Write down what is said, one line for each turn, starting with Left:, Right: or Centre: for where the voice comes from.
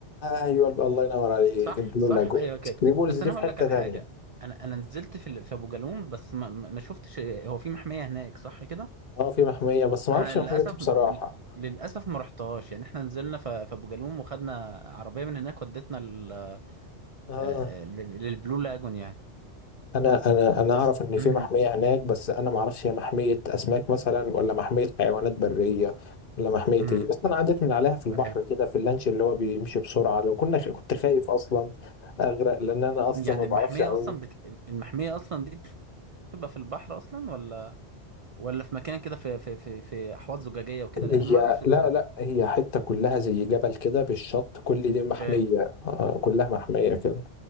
Left: ايوه الله ينور عليك
Right: صح
Left: البلو
Right: صح
Left: لاجو
Right: ايوه كده
Left: ثري بولز
Right: بس
Left: دي
Right: انا
Left: في
Right: هقول
Left: حته
Right: لك على
Left: تانيه
Right: حاجه انا انا نزلت في ال- في ابو جالوم بس ما ما ما شفتش هو في محميه هناك صح كده
Left: اه في محمية بس ما
Right: انا
Left: اعرفش
Right: للاسف
Left: محمية إيه بصراحة
Right: للاسف ما رحتهاش يعني احنا نزلنا ف- في ابو جالوم وخدنا عربيه من هناك ودتنا لل- آه،
Left: اه
Right: آه، لل- للبلو لاجون يعني
Left: انا انا انا
Right: بس
Left: اعرف ان في
Right: <laughs> مم،
Left: محمية هناك بس انا ما اعرفش هي محمية اسماك مثلا ولا محمية حيوانات برية ولا محمية
Right: مم،
Left: ايه بس انا عديت من عليها في
Right: مش
Left: البحر
Right: عارف
Left: كده في اللانش اللي هو بيمشي بسرعة لو كنا كنت خايف اصلا اغرق لان انا اصلا
Right: يعني
Left: ما بعرفش
Right: المحمية
Left: اعوم
Right: أصلا بت... المحمية أصلا دي بتبقى في البحر أصلا ولا ولا في مكان كده في في في في أحواض زجاجية وكده لأن
Left: هي
Right: أنا ما أعرفش بصراحة
Left: لا لا هي حتة كلها زي جبل كده بالشط كل دي محمية
Right: أوكي
Left: آه كلها محمية كده